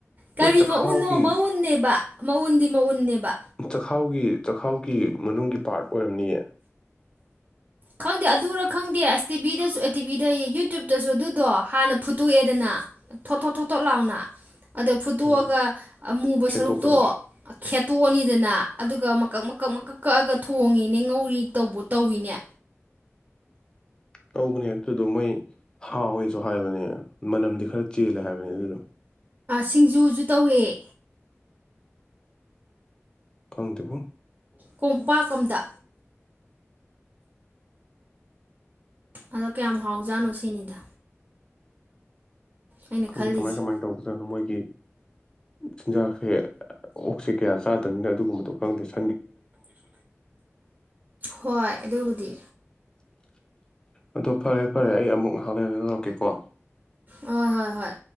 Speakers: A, on the right; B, on the left.
A: ꯀꯔꯤ
B: ꯃꯣꯏ ꯆꯈꯥꯎꯒꯤ
A: ꯃꯎꯟꯅꯣ ꯃꯎꯨꯟꯅꯦꯕ ꯃꯎꯟꯗꯤ ꯃꯎꯟꯅꯦꯕ
B: ꯆꯥꯛꯈꯥꯎꯒꯤ ꯆꯈꯥꯎꯒꯤ ꯃꯅꯨꯡꯒꯤ ꯄꯥꯔꯠ ꯑꯣꯏꯔꯝꯅꯤꯌꯦ
A: ꯈꯪꯗꯦ ꯑꯗꯨꯔ ꯈꯪꯗꯦ ꯑꯁ ꯇꯤꯚꯤꯗꯁꯨ ꯑꯦ ꯇꯤꯚꯤꯗ ꯌꯨꯇꯌꯨꯕꯇꯁꯨ ꯑꯗꯨꯗꯣ ꯍꯥꯟꯅ ꯐꯨꯠꯇꯣꯛꯑꯦꯗꯅ ꯊꯣꯠ ꯊꯣꯠ ꯊꯣꯠ ꯊꯣꯠ ꯂꯥꯎꯅ ꯑꯗ ꯐꯨꯠꯇꯣꯛꯑꯒ
B: ꯎꯝ
A: ꯃꯨꯕ
B: ꯈꯦꯠꯇꯣꯛꯄꯗꯣ
A: ꯁꯔꯨꯛꯇꯣ ꯈꯦꯠꯇꯣꯛꯑꯅꯤꯗꯅ ꯑꯗꯨꯒ ꯃꯀꯛ ꯃꯀꯛ ꯃꯀꯛ ꯀꯛꯑꯒ ꯊꯣꯡꯉꯤꯅꯦ ꯉꯧꯔꯤ ꯇꯧꯕ ꯇꯧꯏꯅꯦ
B: ꯇꯧꯕꯅꯦ ꯑꯗꯨꯗꯣ ꯃꯣꯏ ꯍꯥꯎꯋꯦꯁꯨ ꯍꯥꯏꯕꯅꯦ ꯃꯅꯝꯗꯤ ꯈꯔ ꯆꯦꯜꯂꯦ ꯍꯥꯏꯕꯅꯦ ꯑꯗꯨꯗꯣ
A: ꯁꯤꯡꯖꯨꯁꯨ ꯇꯧꯏꯦ
B: ꯈꯪꯗꯕꯨꯨ
A: ꯀꯣꯝꯄꯥꯛ ꯑꯝꯗ ꯑꯗꯣ ꯀꯌꯥꯝ ꯍꯥꯎꯖꯥꯠꯅꯣ ꯁꯤꯅꯤꯗ ꯑꯩꯅ
B: ꯈꯪꯗ
A: ꯈꯜꯂꯤꯁꯦ
B: ꯀꯃꯥꯏ ꯀꯃꯥꯏꯅ ꯇꯧꯕꯖꯠꯅꯣ ꯃꯣꯏ ꯆꯤꯟꯖꯥꯛꯁꯦ ꯑꯣꯛꯁ ꯀꯌꯥ ꯆꯥꯗꯕꯅꯤꯅ ꯑꯗꯨꯒꯨꯝꯕꯗꯣ ꯈꯪꯗꯦ ꯆꯠ
A: ꯍꯣꯏ ꯑꯗꯨꯕꯨꯗꯤ
B: ꯑꯗꯨ ꯐꯔꯦ ꯐꯔꯦ ꯑꯩ ꯑꯃꯨꯛ ꯍꯥꯟ ꯂꯩꯔ ꯂꯧꯧꯔꯛꯀꯦꯀꯣ
A: ꯍ ꯍꯣꯏ ꯍꯣꯏ